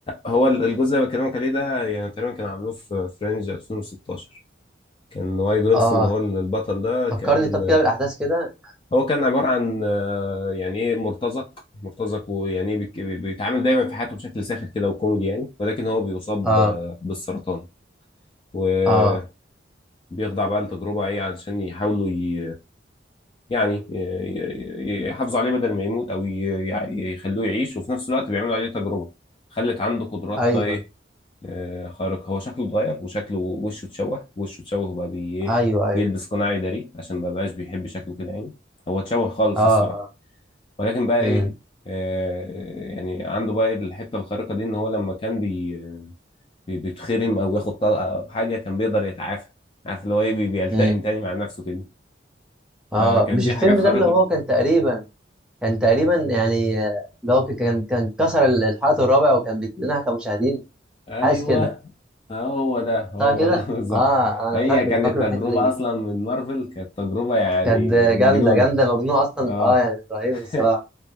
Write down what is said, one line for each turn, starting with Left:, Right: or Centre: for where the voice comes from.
Left: هو الجزء اللي بكلمك عليه ده يعني تقريبا كان عاملوه في فرنج 2016 كان وايد ويلسون
Centre: اه
Left: اللي هو البطل ده
Centre: فكرني
Left: كان
Centre: طب كده بالاحداث كده
Left: هو كان عبارة عن آه، يعني ايه مرتزق مرتزق ويعني ايه بيك- بيتعامل دايما في حياته بشكل ساخر كده وكوميدي يعني ولكن هو بيصاب
Centre: اه
Left: آه، بالسرطان وبيخضع
Centre: اه
Left: بقى لتجربة ايه علشان يحاولوا ي- يعني ي- ي- ي- يحافظوا عليه بدل ما يموت او ي- ي- يخلوه يعيش وفي نفس الوقت بيعملوا عليه تجربة خلت عنده قدرات
Centre: ايوه
Left: بقى ايه آه، خارقة هو شكله اتغير وشكله وشه اتشوه وشه اتشوه وبقى بي ايه
Centre: ايوه ايوه
Left: بيلبس قناع يداريه عشان ما بقاش بيحب شكله كده يعني هو اتشوه خالص
Centre: اه اه
Left: الصراحة ولكن بقى
Centre: مم.
Left: ايه آه، يعني عنده بقى إيه الحته الخارقه دي ان هو لما كان بي بي- بيتخرم او ياخد طلقه او حاجه كان بيقدر يتعافى عارف اللي هو ايه بي- بيلتئم
Centre: مم.
Left: تاني مع نفسه كده
Centre: اه
Left: فكانت
Centre: مش
Left: دي
Centre: الفيلم
Left: حاجات خارقه
Centre: ده اللي هو
Left: بقى
Centre: كان تقريبا كان تقريبا يعني آه، اللي هو ك- كان كان كسر ال- الحلقة الرابع وكان بيكلمنا كمشاهدين
Left: ايوه
Centre: حاسس كده
Left: هو ده هو
Centre: صح كده
Left: ده <laughs> بالظبط
Centre: اه انا
Left: هي
Centre: فاكره
Left: كانت
Centre: فاكره
Left: تجربه
Centre: الحتة دي
Left: اصلا من مارفل كانت تجربه يعني
Centre: كانت آه، جامدة
Left: مجنونه
Centre: جامدة مجنونة اصلا
Left: اه
Centre: اه يعني كانت رهيبة
Left: <laughs>
Centre: الصراحة